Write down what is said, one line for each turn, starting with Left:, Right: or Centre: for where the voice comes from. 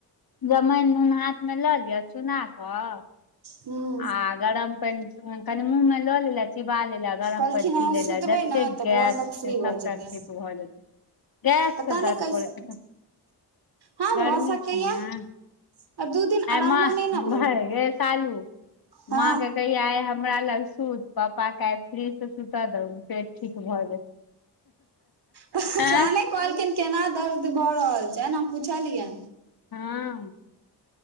Left: जमाइन नून हाथ मे लऽ लिअ चुना कऽ
Right: हँ
Left: आ गरम पानि कनी मुंँह में लो ला चिबा ला गरम
Right: कहलखिन
Left: पनि पी
Right: अहाँ
Left: ले
Right: सुतबै
Left: ला जतेक
Right: ने तऽ
Left: गैस
Right: भोर तक
Left: से
Right: फ्री
Left: सबबटा
Right: भऽ जेतै
Left: ठीक भऽ जेतै गैससँ
Right: पता नहि
Left: दर्द
Right: कैसे
Left: करै छै
Right: हँ भऽ
Left: गर्मी
Right: सकैया
Left: छै ने
Right: आ दू दिन
Left: अ
Right: आरामो
Left: म
Right: नहि ने भेलै
Left: भर ग शालू
Right: हँ
Left: माँ के कहि आइ हमरा लग सूत पापा क आइ फ्री से सुता दहन पेट ठीक भऽ जेत
Right: पता
Left: आँय
Right: नहि कहलखिन केना दर्द भऽ रहल छै ने हम पुछलियै
Left: हँ